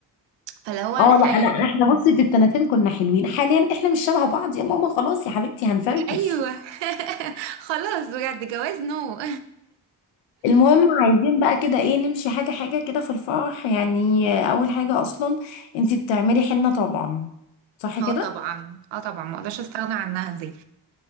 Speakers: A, on the right; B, on the left.
A: فاللي هو لا
B: اه لا انا
A: يعني
B: احنا بصي في السنتين كنا حلوين حاليا احنا مش شبه بعض يا ماما خلاص يا حبيبتي هنفركش
A: ايوه <laughs> خلاص بجد جواز نو
B: المهم عايزين بقى كده ايه نمشي حاجة حاجة كده في الفرح يعني آه، اول حاجة اصلا انتي بتعملي حنة طبعا
A: <laughs>
B: صح
A: اه
B: كده
A: طبعا اه طبعا ما اقدرش استغنى عنها دي